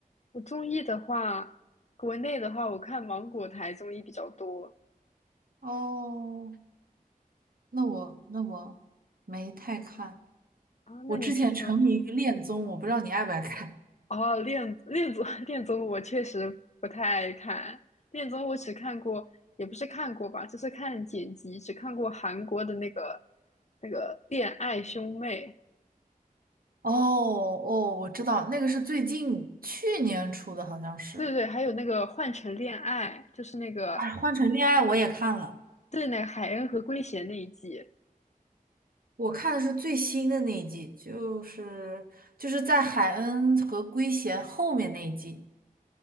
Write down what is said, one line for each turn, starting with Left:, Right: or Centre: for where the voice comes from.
Left: 我综艺的话，国内的话，我看芒果台综艺比较多
Right: 哦，那我那我没太看。
Left: 啊。
Right: 我之前沉迷于恋综，
Left: 那你平常
Right: 我不知道你爱不爱看。
Left: 哦，恋恋综 <laughs> 恋综我确实不太爱看，恋综我只看过，也不是看过吧，就是看剪辑，只看过韩国的那个那个恋爱兄妹，
Right: 哦哦，我知道，那个是最近去年出的，好像是。
Left: 对对对，还有那个换乘恋爱，就是那个
Right: 哎，换成恋爱我也看了，
Left: 对那个海恩和圭贤那一季
Right: 我看的是最新的那一季，就是就是在海恩和圭贤后面那一季。